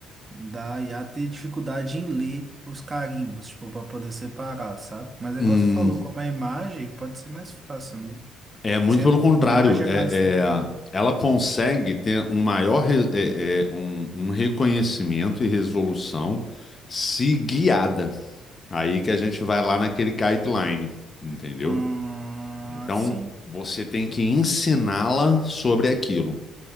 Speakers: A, on the right (about 30°); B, on the left (about 35°).
A: Da IA ter dificuldade em ler os carimbos, tipo, para poder separar, sabe? Mas é
B: Hum,
A: igual você falou, como é imagem, pode ser mais fácil, né?
B: É muito
A: Sendo
B: pelo contrário,
A: com imagem
B: é,
A: é mais tranquilo.
B: é, ela consegue ter um maior re- é, é, um, um reconhecimento e resolução se guiada. Aí que a gente vai lá naquele guideline, entendeu?
A: Ah,
B: Então
A: sim.
B: você tem que ensiná-la sobre aquilo.